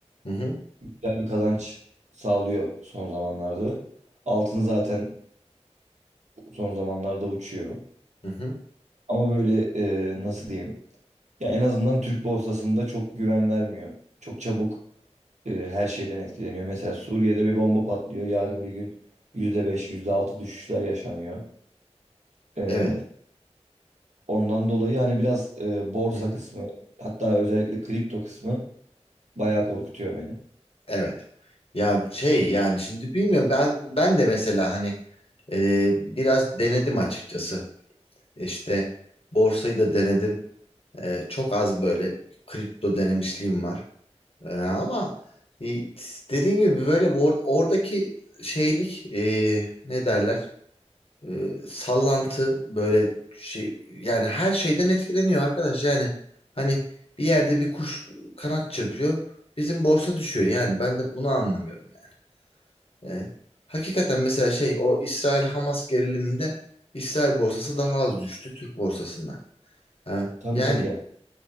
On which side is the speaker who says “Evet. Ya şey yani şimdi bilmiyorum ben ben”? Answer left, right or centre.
Left